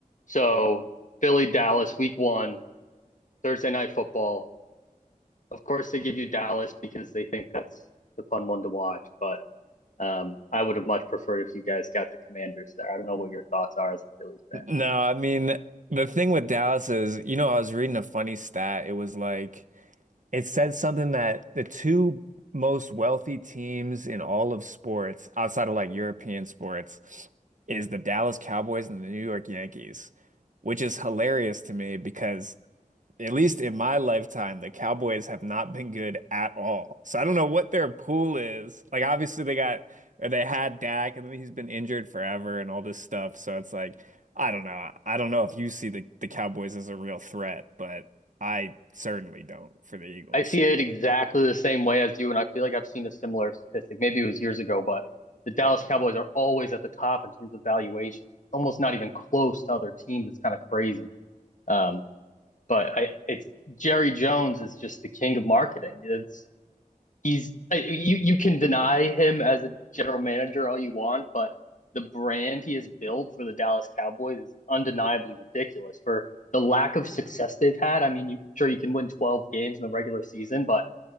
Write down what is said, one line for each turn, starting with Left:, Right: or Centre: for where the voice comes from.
Left: So Philly, Dallas, week one, Thursday night football. Of course, they give you Dallas because they think that's the fun one to watch. But um, I would have much preferred if you guys got the Commanders there. I don't know what your thoughts are as a Phillies fan.
Right: No, I mean, the thing with Dallas is, you know, I was reading a funny stat. It was like, it said something that the two most wealthy teams in all of sports, outside of like European sports, is the Dallas Cowboys and the New York Yankees, which is hilarious to me because at least in my lifetime, the Cowboys have not been good at all. So I don't know what their pool is. Like obviously they got or they had Dak and then he's been injured forever and all this stuff. So it's like I don't know. I don't know if you see the, the Cowboys as a real threat, but I certainly don't for the Eagles.
Left: I see
Right: So
Left: it exactly the same way as you, and I feel like I've seen a similar statistic. Maybe it was years ago, but the Dallas Cowboys are always at the top in terms of valuation, almost not even close to other teams. It's kind of crazy. Um, but I, it's Jerry Jones is just the king of marketing. It's he's uh, you you can deny him as a general manager all you want, but the brand he has built for the Dallas Cowboys is undeniably ridiculous for the lack of success they've had. I mean, you, sure you can win 12 games in the regular season, but